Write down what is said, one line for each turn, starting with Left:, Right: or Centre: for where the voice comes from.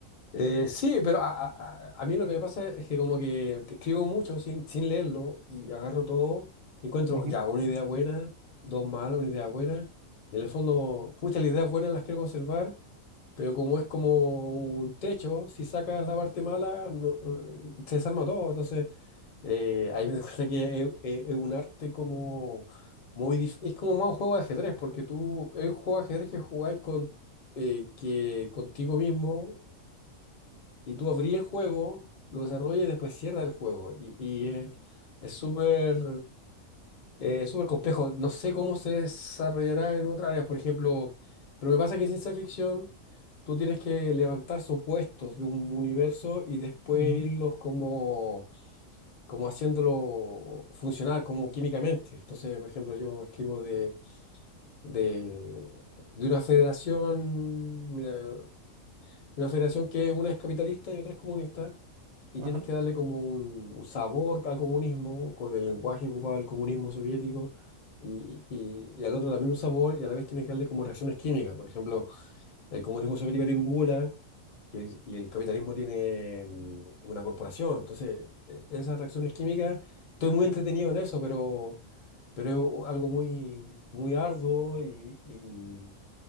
Left: Eh, sí, pero a, a- a- a mí lo que me pasa es que como que te escribo mucho sin, sin leerlo y agarro todo y encuentro
Right: Ujú,
Left: ya una idea buena, dos malas, una idea buena. Y en el fondo, pucha, las ideas buenas las quiero conservar, pero como es como un techo, si sacas la parte mala, no, eh, se desarma todo. Entonces, eh, ahí me doy <laughs> cuenta que es, es- es un arte como muy dif- Es como más un juego de ajedrez, porque tú, es un juego de ajedrez que jugáis con, eh, que, contigo mismo y tú abrí el juego, lo desarrollas y después cierra el juego. Y, y, eh, es súper eh, súper complejo. No sé cómo se desarrollará en otras áreas, por ejemplo, pero me pasa que en ciencia ficción tú tienes que levantar supuestos de un universo y después
Right: ujú,
Left: irlos como, como haciéndolo funcionar, como químicamente. Entonces, por ejemplo, yo escribo de, de, de una federación, mira, de una federación que una es capitalista y otra es comunista y
Right: Ajá,
Left: tienes que darle como un, un sabor al comunismo, con el lenguaje que ocupaba el comunismo soviético, y, y- y al otro también un sabor, y a la vez tienes que darle como reacciones químicas. Por ejemplo, el comunismo soviético tiene un gulag y el, y el capitalismo tiene mm, una corporación. Entonces, e- esas reacciones químicas, estoy muy
Right: sí,
Left: entretenido en eso, pero, pero es u- algo muy, muy arduo y, y